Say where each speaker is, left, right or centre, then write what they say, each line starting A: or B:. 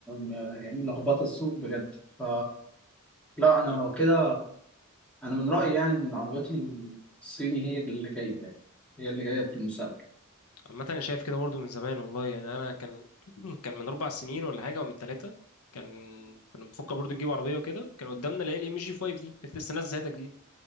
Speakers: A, in the centre; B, on the left.
A: م- يعني لخبطة السوق بجد ف لا انا
B: انا
A: لو كده انا من رأيي يعني ان العربيات الصيني هي اللي جاية يعني هي اللي جاية في المستقبل
B: عامه انا شايف كده برضو من زمان والله يعني انا كان <clears throat> كان من اربع سنين ولا حاجه ومن ثلاثه كان كنا بنفكر برضو نجيب عربيه وكده كان قدامنا اللي هي الام جي 5 دي كانت لسه نازله ساعتها جديد